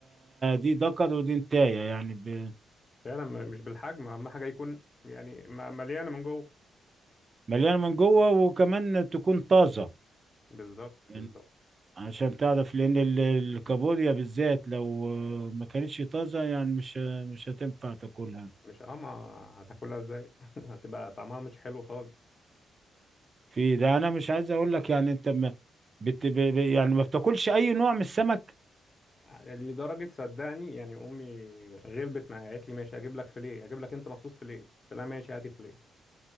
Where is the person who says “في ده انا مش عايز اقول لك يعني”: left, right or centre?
Right